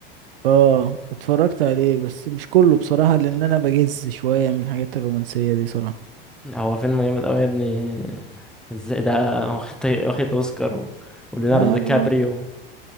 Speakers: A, on the right (about 70°); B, in the centre.
A: اه اتفرجت عليه بس مش كله بصراحة لان انا بجز شوية من الحاجات الرومانسية دي صراحة
B: هو فيلم جامد قوي يا ابني ازاي ده <laughs> واخد واخد اوسكار و... وليوناردو
A: ما
B: دي كابريو